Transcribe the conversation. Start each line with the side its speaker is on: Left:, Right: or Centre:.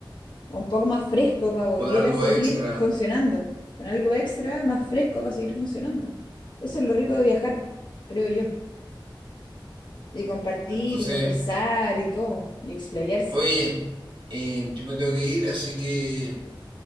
Left: un poco más fresco para volver
Right: Con algo
Left: a seguir
Right: extra.
Left: funcionando, con algo extra más fresco para seguir funcionando. Eso es lo rico de viajar, creo yo, y compartir
Right: Entonces,
Left: y conversar y todo, y explayarse.
Right: oye, eh, yo me tengo que ir, así que